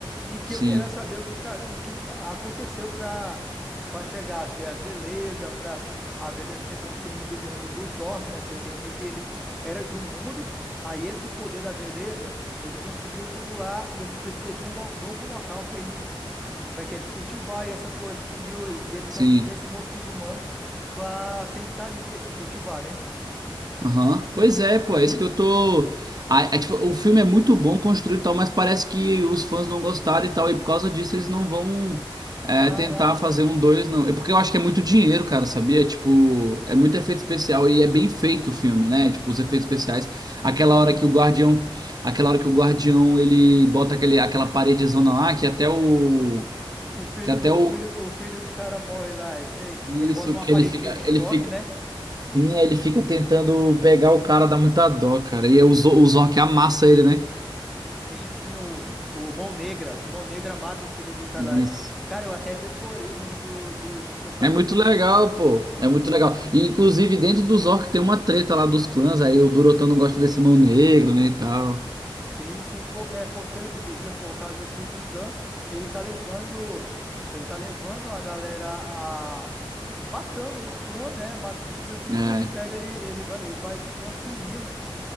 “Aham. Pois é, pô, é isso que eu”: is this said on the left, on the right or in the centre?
Right